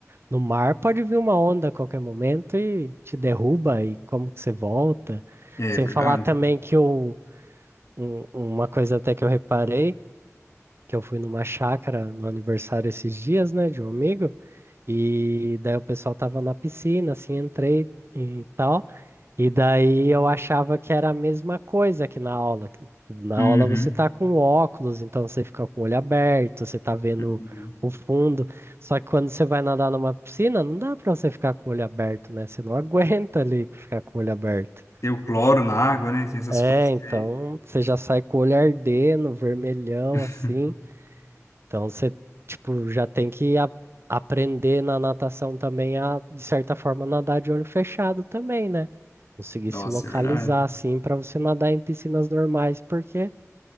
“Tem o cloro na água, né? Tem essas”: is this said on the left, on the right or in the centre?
Left